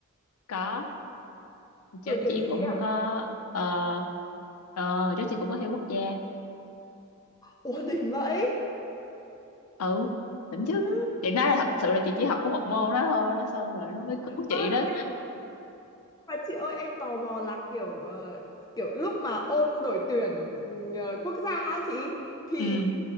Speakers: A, on the left; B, on the left.
A: có hồi trước
B: Đội tuyển
A: chị
B: gì
A: cũng
B: ấy à?
A: có ờ ờ, hồi trước chị cũng có thi quốc gia
B: Ủa đỉnh vậy.
A: ừ đỉnh chứ
B: Ừ.
A: chị nói là thật sự là chị chỉ học có một môn đó thôi đó xong rồi nó mới cứu chị
B: Ơ
A: đó
B: nhưng mà chị ơi em tò mò là kiểu ờ, kiểu lúc mà ôn đội tuyển ờ, quốc gia á chị thì
A: ừ